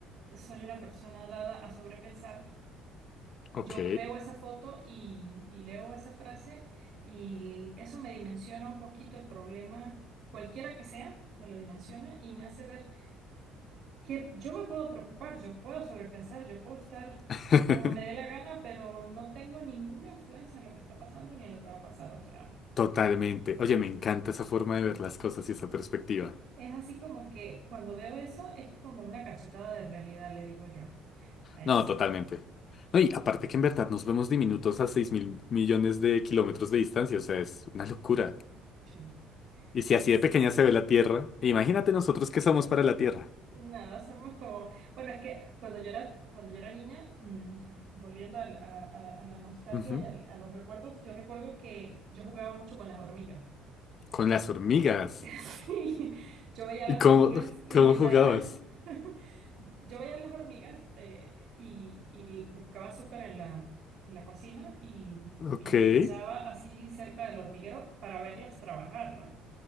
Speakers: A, on the right (about 55°); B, on the left (about 45°).
A: soy una persona dada a sobrepensar.
B: Ok.
A: Yo veo esa foto y, y leo esa frase y eso me dimensiona un poquito el problema, cualquiera que sea, me lo dimensiona y me hace ver que yo me puedo preocupar, yo puedo sobrepensar, yo puedo estar
B: <laughs>
A: como me dé la gana, pero no tengo ninguna influencia en lo que está pasando ni en lo que va a pasar. O sea,
B: Totalmente. Oye, me encanta esa forma de ver las cosas y esa perspectiva.
A: es así como que cuando veo eso es como una cachetada de realidad, le digo yo a eso.
B: No, totalmente. No, y aparte que en verdad nos vemos diminutos a seis mil millones de kilómetros de distancia, o sea, es una locura.
A: Sí.
B: Y
A: Sí,
B: si así
A: sí.
B: de pequeña se ve la Tierra, imagínate nosotros qué somos para la Tierra.
A: nada, somos como, bueno, es que cuando yo era, cuando yo era niña, mm, volviendo al- a, a- a la nostalgia
B: Ujú.
A: y al- a los recuerdos, yo recuerdo que yo jugaba mucho con las hormigas.
B: Con las hormigas.
A: <laughs> Y yo veía
B: ¿Y
A: las
B: cómo,
A: hormigas y
B: cómo
A: me echaban,
B: jugabas?
A: <laughs> yo veía las hormigas eh, y, y buscaba azúcar en la, en la cocina y,
B: Ok,
A: y les
B: qué
A: echaba así cerca del hormiguero para verlas trabajar, ¿no?